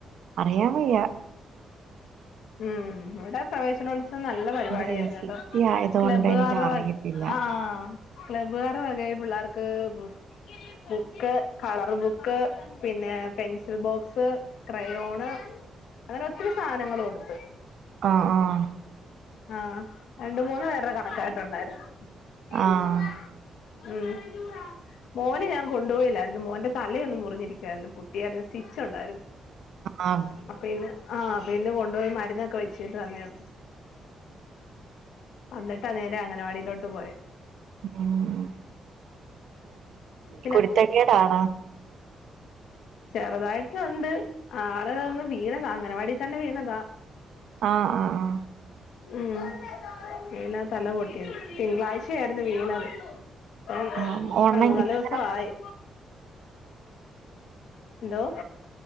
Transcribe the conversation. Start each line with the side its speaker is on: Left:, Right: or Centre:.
Right: അറിയാൻ വയ്യ
Left: ഉം ഇവിടെ പ്രവേശനോത്സ നല്ല പരിപാടിയായിരുന്നൂട്ടോ
Right: ഇത് സിറ്റി ആയതുകൊണ്ട്
Left: ക്ലബ്ബുകാരുടെ
Right: എനിക്ക് അറിയത്തില്ല
Left: ആ ക്ലബ്ബുകാരുടെ വകയിപിള്ളേർക്ക് ക്ക് ബുക്ക് കളർ ബുക്ക് പിന്നെ പെൻസിൽ ബോക്സ് സ് ക്രയോണ് അങ്ങനെ ഒത്തിരി സാനങ്ങൾ കൊടുത്ത്
Right: ആ ആഹ്
Left: ആഹ് രണ്ട് മൂന്ന് പേരുടെ കണക്കായിട്ടുണ്ടാരുന്നു
Right: ആഹ്
Left: എന്തുവാ ഉം മോനെ ഞാൻ കൊണ്ടുപോയില്ലായിരുന്നു മോന്റെ തലയൊന്ന് മുറിഞ്ഞിരിക്കാരുന്നു പൊട്ടിയായിരുന്നു <unintelligible> സ്റ്റി ച്ചുണ്ടായിരുന്നു
Right: ആഹ്
Left: അപ്പൊ ഇന്ന് ആഹ് അപ്പൊ ഇന്ന് കൊണ്ടുപോയി മരുന്നൊക്കെ വെച്ചിട്ട് വന്നയാണ് വന്നിട്ടാ നേരെ അംഗനവാടിയിലോട്ട് പോയെ
Right: ഉം
Left: പിന്നെ
Right: കുരുത്തക്കേടാണ്
Left: ചെറുതായിട്ട് ഉണ്ട് ആളൊന്ന് വീണതാ അംഗനവാടി തന്നെ വീണതാ
Right: ആ ആ ആ
Left: ഉം വീണാ തല പൊട്ടിയത് തിങ്കളാഴ്ച ആയിരുന്നു വീണത് ആ
Right: ആഹ് ഓൺലൈൻ
Left: മൂന്നാല്
Right: ഇപ്പ
Left: ദിവസം
Right: എങ്ങനെ
Left: ആയി എന്തോ